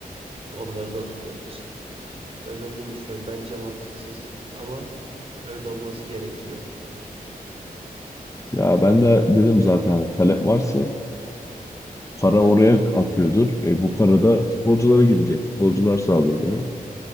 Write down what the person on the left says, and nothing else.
Ya ben de dedim zaten hani talep varsa para oraya akıyordur. E, bu para da futbolculara gidecek. Futbolcular sağlıyor bunu.